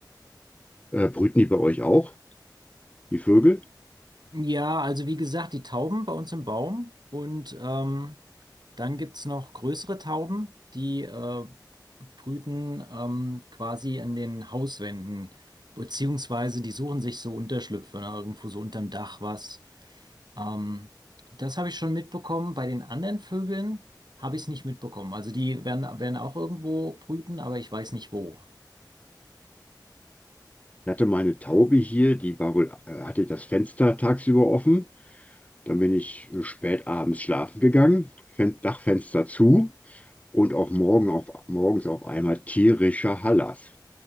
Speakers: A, on the left; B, on the right.
A: Äh, brüten die bei euch auch, die Vögel?
B: Ja, also wie gesagt, die Tauben bei uns im Baum und ähm, dann gibt's noch größere Tauben, die äh, brüten ähm, quasi an den Hauswänden, beziehungsweise die suchen sich so Unterschlüpfe, ne, irgendwo so unterm Dach was. Ähm, das habe ich schon mitbekommen. Bei den anderen Vögeln habe ich es nicht mitbekommen. Also die werden, werden auch irgendwo brüten, aber ich weiß nicht wo.
A: Ich hatte meine Taube hier, die war wohl, äh, hatte das Fenster tagsüber offen. Dann bin ich spät abends schlafen gegangen, Fen Dachfenster zu und auch morgen auf, morgens auf einmal tierischer Hallas.